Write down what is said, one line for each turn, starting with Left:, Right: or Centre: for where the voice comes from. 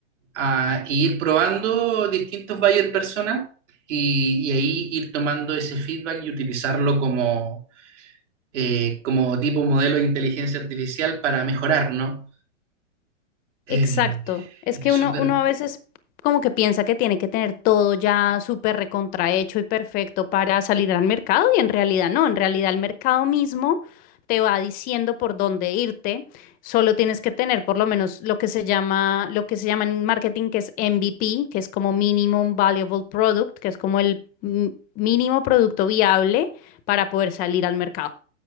Right: a ir probando distintos buyer personas y, y ahí ir tomando ese feedback y utilizarlo como, eh, como tipo modelo de inteligencia artificial para mejorar, ¿no? Eh,
Left: Exacto. Es
Right: es
Left: que uno,
Right: súper,
Left: uno a veces como que piensa que tiene que tener todo ya súper recontrahecho y perfecto para salir al mercado y en realidad no, en realidad el mercado mismo te va diciendo por dónde irte. Solo tienes que tener por lo menos lo que se llama, lo que se llama en marketing que es MVP, que es como Minimum Valuable Product, que es como el mm, mínimo producto viable para poder salir al mercado.